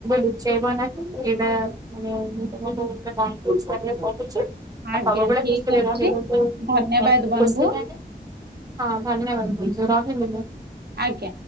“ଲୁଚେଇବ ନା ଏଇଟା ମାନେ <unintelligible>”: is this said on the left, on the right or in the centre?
Right